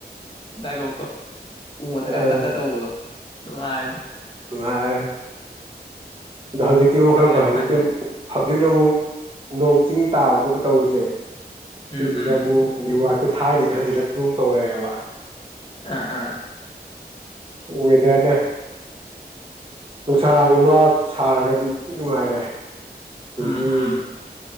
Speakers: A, on the left; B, on the right.
A: ꯗꯥꯏꯂꯣꯛꯇꯣ ꯎ ꯃꯊꯛ ꯀꯥꯈꯠꯂ
B: ꯑ
A: ꯇꯧꯕꯗꯣ ꯅꯨꯡꯉꯥꯏꯝꯅꯤ
B: ꯅꯨꯡꯉꯥꯏ ꯑꯗꯨ ꯍꯧꯖꯤꯛꯇꯤ ꯃꯨꯛ
A: ꯈꯪꯗꯦ
B: ꯈꯔ ꯐꯔꯦ ꯍꯧꯖꯤꯛꯇꯤ
A: ꯊꯥꯏꯅ
B: ꯍꯧꯖꯤꯛꯅ ꯑꯃꯨꯛ ꯅꯣꯡ ꯆꯤꯡ ꯇꯥꯕ ꯈꯣꯠꯄ ꯇꯧꯕꯖꯦ
A: ꯎꯝ
B: ꯁꯤꯁꯤꯅ
A: ꯎꯝ
B: ꯑꯃꯨꯛ ꯅꯦꯠꯋꯥꯛꯁꯦ ꯊꯥꯏꯅꯩꯗꯣ ꯍꯟꯖꯤꯜꯂꯛꯄꯒꯨꯝ ꯇꯧꯔꯦꯕ
A: ꯑ ꯑ
B: ꯋꯦꯗꯔꯅ ꯅꯨꯡꯁꯥꯒꯨꯝꯕ ꯁꯥꯔꯒꯗꯤ ꯇꯤ ꯅꯨꯡꯉꯥꯏꯔꯦ ꯑꯗꯒꯤ
A: ꯎꯝ ꯎꯝ